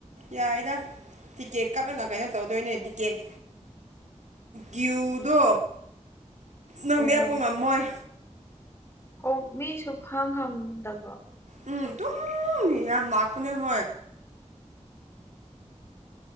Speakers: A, on the right; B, on the left.
A: ꯌꯥꯏꯗ ꯇꯤꯛꯀꯦꯠ ꯀꯛꯂꯒ ꯀꯩꯅꯣ ꯇꯧꯗꯣꯏꯅꯦ ꯇꯤꯛꯀꯦꯠ ꯀ꯭ꯌꯨꯗꯣ ꯅꯪ
B: ꯑꯣꯍꯣ
A: ꯂꯦꯞꯄ ꯉꯝꯃꯣꯏ
B: ꯑꯣ ꯃꯤ ꯁꯨꯝ ꯍꯪ ꯍꯪꯗꯕ꯭ꯔꯣ
A: ꯎꯝ ꯇ ꯍꯌꯥ ꯃꯥꯛ ꯃꯅꯦ ꯍ